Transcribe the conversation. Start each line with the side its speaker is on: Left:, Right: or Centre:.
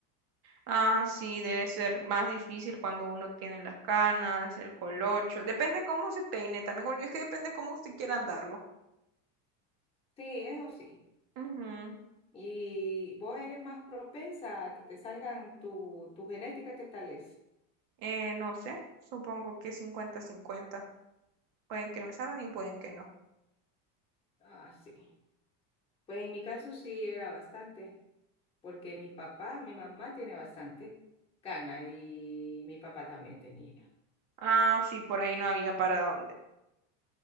Right: Ah, sí, debe ser más difícil cuando uno tiene las canas, el colocho. Depende cómo se peine, también como- es que depende cómo usted quiera andarlo.
Left: Sí, eso sí.
Right: Ujú.
Left: Y vos eres más propensa a que te salgan tu, tu genética, ¿qué tal es?
Right: Eh, no sé, supongo que cincuenta-cincuenta. Pueden que me salgan y pueden que no.
Left: Ah, sí. Pues en mi caso sí era bastante, porque mi papá, mi mamá tiene bastante cana y mi papá también tenía.
Right: Ah, sí, por ahí no había para dónde.